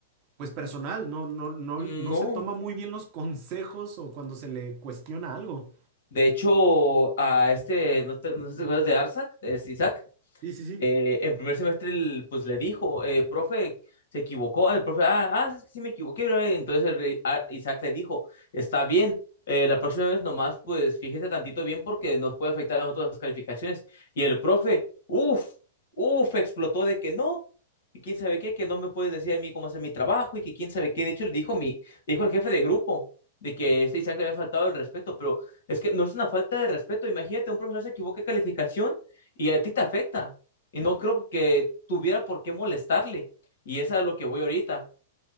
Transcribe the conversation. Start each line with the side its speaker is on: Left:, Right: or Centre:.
Right: pues personal, no, no, no,
Left: No.
Right: no se toma muy bien los consejos o cuando se le cuestiona algo.
Left: De hecho, a este, ¿no, te- no sé si te acuerdas de Arsak? ¿Es Isaac?
Right: Sí, sí, sí.
Left: eh, en primer semestre el, pues le dijo, eh, profe, se equivocó, el profe, ah, ah, sí me equivoqué, ¿verdad? Y entonces el rey- a- Isaac le dijo, está bien, eh, la próxima vez nomás, pues fíjese tantito bien porque nos puede afectar a nosotros las calificaciones. Y el profe, uff, uff, explotó de que no. Y quién sabe qué, que no me puedes decir a mí cómo hacer mi trabajo y que quién sabe qué. De hecho, le dijo mi, le dijo el jefe de grupo de que este Isaac le había faltado el respeto, pero es que no es una falta de respeto. Imagínate, un profesor se equivoca de calificación y a ti te afecta. Y no creo que tuviera por qué molestarle. Y esa es lo que voy ahorita.